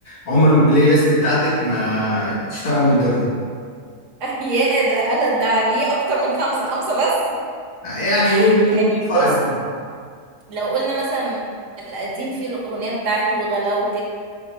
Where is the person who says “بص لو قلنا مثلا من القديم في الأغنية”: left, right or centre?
Right